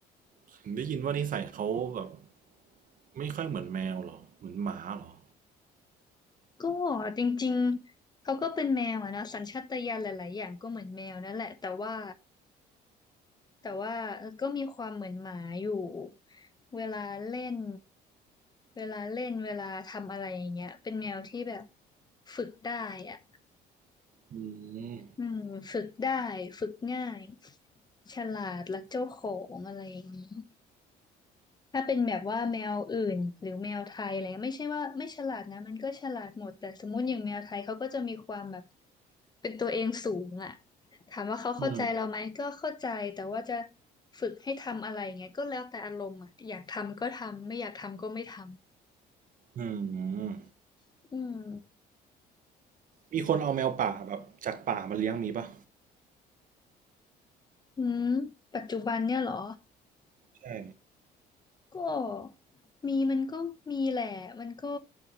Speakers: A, on the right (about 50°); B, on the left (about 25°).
A: เห็นได้ยินว่านิสัยเขาแบบไม่ค่อยเหมือนแมวเหรอเหมือนหมาเหรอ
B: ก็จริงๆเขาก็เป็นแมวอะเนาะสัญชาตญาณหลายๆอย่างก็เหมือนแมวนั่นแหละแต่ว่าแต่ว่าเออก็มีความเหมือนหมาอยู่เวลาเล่นเวลาเล่นเวลาทำอะไรอย่างเงี้ยเป็นแมวที่แบบฝึกได้อะ
A: อืม
B: อืมฝึกได้ฝึกง่ายฉลาดรักเจ้าของอะไรอย่างนี้ถ้าเป็นแบบว่าแมวอื่นหรือแมวไทยอะไรเงี้ยไม่ใช่ว่าไม่ฉลาดนะมันก็ฉลาดหมดแต่สมมติอย่างแมวไทยเขาก็จะมีความแบบเป็นตัวเองสูงอ่ะถามว่าเขาเข้าใจเราไหมก็เข้าใจแต่ว่าจะ
A: อืม
B: ฝึกให้ทำอะไรเงี้ยก็แล้วแต่อารมณ์อ่ะอยากทำก็ทำไม่อยากทำก็ไม่ท
A: อืม
B: ำอืม
A: มีคนเอาแมวป่าแบบจากป่ามาเลี้ยงมีปะ
B: อืมปัจจุบันเนี่ยเหรอ
A: ใช่
B: ก็มีมันก็มีแหละมันก็